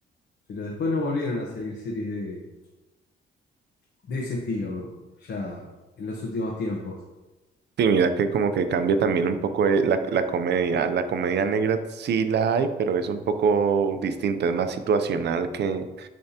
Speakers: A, on the left; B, on the right.
A: Pero después no volvieron a salir series de, de ese estilo ya en los últimos tiempos.
B: Sí, mira que como que cambia también un poco eh, la, la comedia. La comedia negra sí la hay, pero es un poco distinta, es más situacional que,